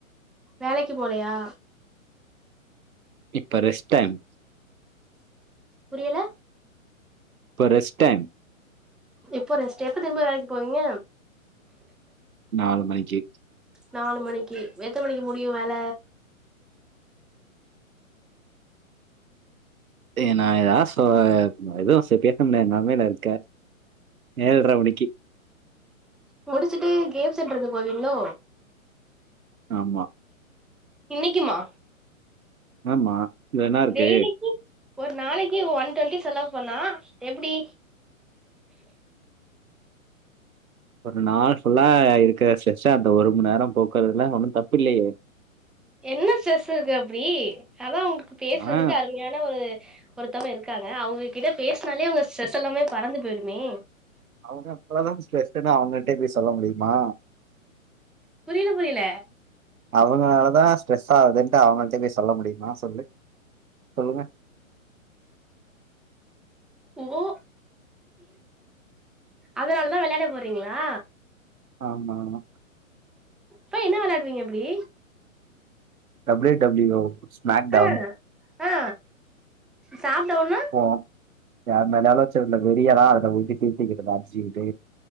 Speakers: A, in the centre; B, on the right.
A: வேலைக்கி போலயா
B: இப்ப ரெஸ்ட்டைம்
A: புரியல
B: இப்ப ரெஸ்ட் டைம்
A: இப்போ ரெஸ்ட் டைம் எப்ப திரும்ப வேலைக்கி போவீங்க
B: நாலு மணிக்கி
A: நாலு மணிக்கி எத்தன மணிக்கு முடியு வேல
B: ஏ நா ஏதாவ் சொ எதுவு பேச முடியாத நெலமயில இருக்கேன் ஏழ்ர மணிக்கி
A: முடிச்சிட்டு கேம் சென்றுக்கு போவீங்ளோ
B: ஆமா
A: இன்னைக்குமா
B: ஆமா இதுல என்னா இருக்கு
A: டெய்லிக்கு ஒரு நாளக்கி ஒன் டுவெண்டி செலவு பண்ணா எப்டி
B: ஒரு நாள் ஃபுல்லா இருக்குற ஸ்ட்ரெஸ்அ அந்த ஒரு மண் நேரம் போக்குறதுல ஒன்னு தப்பு இல்லையே
A: என்ன ஸ்ட்ரெஸ் இருக்கு அப்டி அதான் உங்களுக்கு பேசுறதுக்கு
B: ஆ
A: அருமையான ஒரு ஒருத்தவுங்க இருக்காங்க அவுங்ககிட்ட பேசுனாலே உங்க ஸ்ட்ரெஸ் எல்லாமே பறந்து பேயிடுமே
B: அவுங்க அப்பளதான் ஸ்ட்ரெஸ் ன்னு அவுங்கிட்டயே போய் சொல்ல முடியுமா
A: புரியில புரியில
B: அவுங்களாலதா ஸ்ட்ரெஸ் ஆகுதுன்ட்டு அவங்கள்ட பேய் சொல்ல முடியுமா சொல்லு சொல்லுங்க
A: ஓ அதனாலதா வெளையாட போறீங்ளா
B: ஆமாமா
A: போய் என்ன வெளையாடுவீங்க அப்டி
B: டபுள்யூ டபுள்யூ மேக்டவுன்
A: ஆ ஆ சாப்டவுன்னா
B: போ யார் மேலயாவ்து வச்சிருந்த வெரியதா அத <unintelligible> தீர்த்திக்கிட்டு அச்சிக்கிட்டு